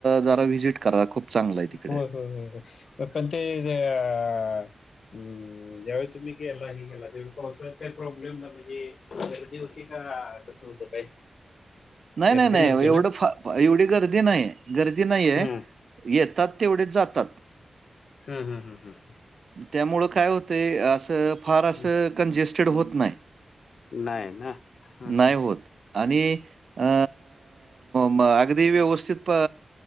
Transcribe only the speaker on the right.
जरा व्हिजिट करा खूप चांगलं आहे तिकडे.
नाही
नाही नाही
एवढं
फा एवढी गर्दी नाही गर्दी नाहीय
येतात तेवढेच जातात.
त्यामुळं काय होतय असं फार असं
कंजेस्टेड होत नाही.
नाही होत आणि अ म अगदी व्यवस्थित प